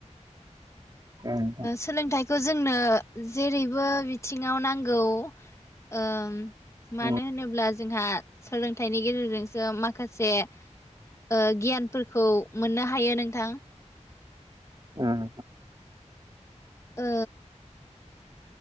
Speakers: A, on the right (about 35°); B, on the left (about 25°).
A: नोंथां
B: सोलोंथाइ खौ जोंनो जेरैबो बिथिङाव नांगौ ओ मानो
A: औ नोंथां
B: होनोब्ला जोंहा सोलोंथाइनि गेजेरजोंसो माखासे ओ गियानफोरखौ मोननो हायो नोंथां।
A: ओं
B: ओ